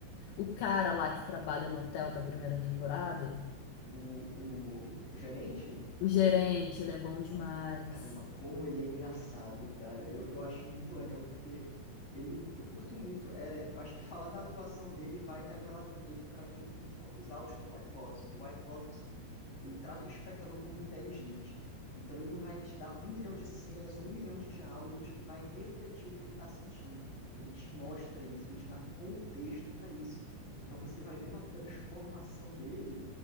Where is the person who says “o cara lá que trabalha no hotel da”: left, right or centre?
Left